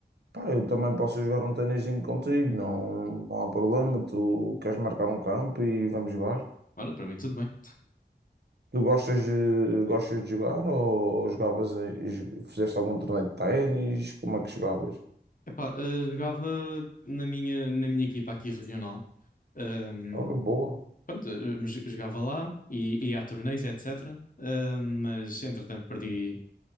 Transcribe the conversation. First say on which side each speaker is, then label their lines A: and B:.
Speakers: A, on the right; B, on the left.
A: pá, eu também posso jogar um ténisinho contigo, não, não há problema. Tu queres marcar um campo e vamos jogar.
B: Ora, para mim tudo bem.
A: Tu gostas, eh, gostas de jogar ou jogavas, em- jo- fizeste algum torneio de ténis? Como é que jogavas?
B: Epá, eh, jogava na minha, na minha equipa aqui regional. Ahm,
A: Ora, boa.
B: pronto, eh, jo- jogava lá e e ia a torneios, etc. Ahm, mas entretanto perdi,